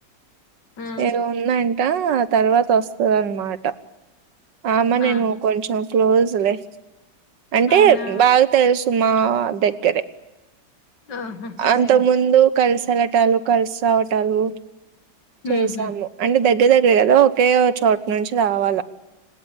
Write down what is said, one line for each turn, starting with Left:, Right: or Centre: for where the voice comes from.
Left: ఆ
Right: ఎ <unintelligible> ఆ తర్వాత వస్తుంది అన్నమాట ఆమె నేను
Left: ఆహా
Right: కొంచం క్లోస్ <unintelligible> అంటే
Left: అవునా
Right: బాగా సుమా దగ్గరె
Left: ఆహా అదేలే
Right: అంత ముందు కలిసి తలటాలు కలుసావటాలు చేసాము
Left: ఉహు
Right: అన్ని దగ్గర దగ్గర ఎదో ఒకే చోటు నుంచి రావాలా